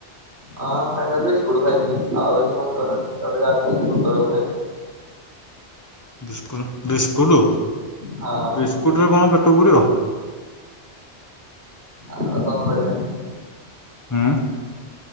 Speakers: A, on the right; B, on the left.
A: ଅ <unintelligible> ବିସ୍କୁଟ ଖାଇଚି ଆଉ ଏ ଭାତରେ ଗାଧେଇକି ଗୋଟେ ଏଳକୁ ଖାଇବି।
B: ବିସ୍କୁ ବିସ୍କୁଟୁ
A: ହଁ
B: ବିସ୍କୁଟୁ ରେ କଣ ପେଟ ପୂରିବ?
A: ଆଉ କଣ କରିବା?
B: ହୁଁ।